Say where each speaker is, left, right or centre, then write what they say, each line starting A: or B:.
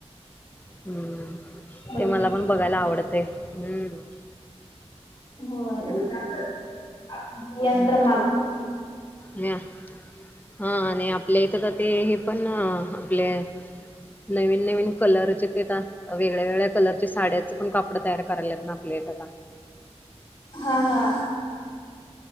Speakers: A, on the left; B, on the left.
A: हम्म,
B: बघितली
A: ते मला पण बघायला आवडते. हम्म
B: होय यंत्रमाग
A: हम्म नाही. हा आणि आपल्या इथं ते हे पण आपले. नवीन नवीन कलरचे ते वेगळ्या वेगळ्या कलरच्या साड्या, पण कपडं तयार करायलात ना आपल्या ये ते आता.
B: हा हा